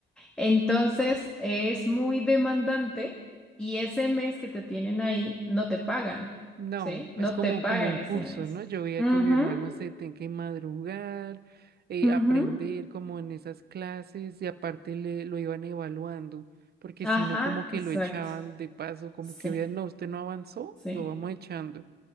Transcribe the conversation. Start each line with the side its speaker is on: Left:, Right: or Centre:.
Centre: Entonces es muy demandante y ese mes que te tienen ahí no te pagan,
Right: No,
Centre: ¿sí? No
Right: es como,
Centre: te pagan
Right: como un
Centre: ese
Right: curso,
Centre: mes.
Right: ¿no? Yo veía
Centre: Ujú,
Right: que mi hermano se tenía que madrugar, eh,
Centre: ujú.
Right: aprender como en esas clases y aparte le, lo iban evaluando, porque
Centre: Ajá,
Right: si no como que
Centre: exacto.
Right: lo echaban de paso, como
Centre: Sí,
Right: que vean, no, usted no avanzó,
Centre: sí.
Right: lo vamos echando.